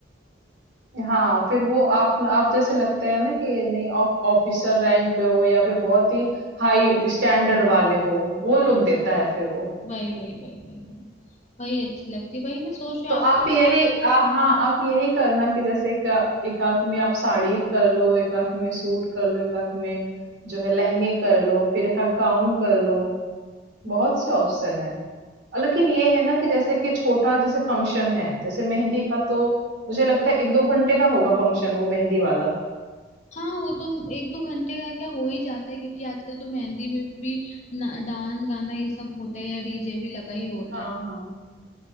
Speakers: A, on the right; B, on the left.
A: हाँ फिर वो आप आप जैसे लगते हैं ना कि नहीं आप ऑफिसर रैंक पे हो या फिर बहुत ही हाई स्टैंडर्ड वाले हो वो लुक देता है फिर वो
B: वही वही वही वही वही वही अच्छी लगती है वही मैं सोच रही
A: तो
B: हूँ आप
A: आप यही आ, हाँ आप यही करना कि जैसे एक एक आंख में आप साड़ी कर लो एक आंख में सूट कर लो एक आंख में जो है लहंगे कर लो फिर एक आंख गाउन कर लो बहुत से ऑप्शन हैं और लेकिन ये है ना कि जैसे कि छोटा जैसे फंक्शन है जैसे मेहंदी का तो मुझे लगता है एक दो घंटे का होगा फंक्शन वो मेहंदी वाला
B: हाँ वो तो एक दो घंटे का क्या हो ही जाता है क्योंकि आजकल तो मेहंदी में भी डांस गाना ये सब होता है या डीजे भी लगा ही होता
A: हाँ
B: है
A: हाँ